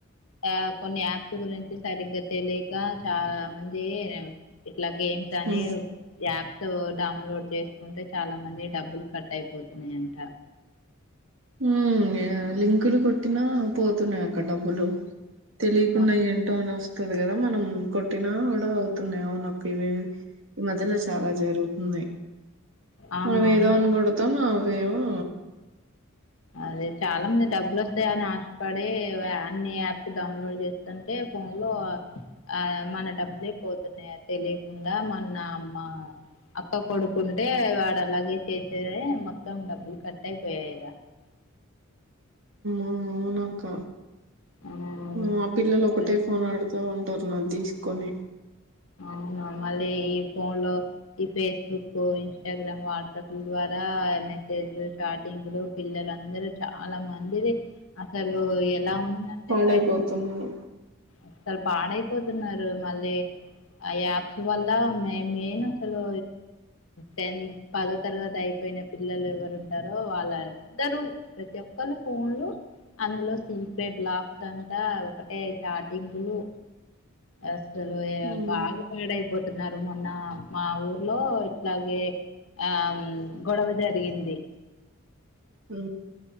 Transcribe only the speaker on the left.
యా కొన్ని యాప్స్ గురించి సరిగ్గా తెలిక చాలా మంది ఇట్లా గేమ్స్ అని
యాప్ స్ డౌన్లోడ్ చేసుకుంటే చాలామంది డబ్బులు కట్ అయిపోతున్నాయంట
ఆ!
అవునవును
అదే చాలా మంది డబ్బులు వస్తాయని ఆశపడి అన్ని యాప్స్ డౌన్లోడ్ చేస్తుంటే ఫోన్ లో ఆ మన డబ్బులే పోతున్నాయ తెలికుండా మన్న అమ్మ అక్క కొడుకుంటే వాడు అలాగే చేసే మొత్తం డబ్బులు కట్ అయిపోయాయిరా
అవును
ఆ మళ్ళీ ఈ ఫోన్ లో ఈ ఫేస్బుక్ ఇన్స్టాగ్రామ్ వాట్సాప్ ద్వారా రా మెసేజ్లు చాటింగ్లు పిల్లలుందరూ చాలా మందిది అసలు ఇలా ఉందండి
బయట అసలు పాడైపోతున్నారు మళ్ళీ ఆ యాప్స్ వల్ల మెయిన్ అసలు టెన్ పదో తరగ తి అయిపోయిన పిల్లలు ఎవరు ఉంటారో వాళ్ళందరూ ప్రతి ఒక్కరు ఫోన్లు అందులో సీక్రెట్ లాక్స్ అంటా ఒకటే చాటింగులు అసలు
బాగా పాడయిపోతున్నారు డ్ మొన్న మా ఊర్లో ఇట్లాగే ఆ గొడవ జరిగింది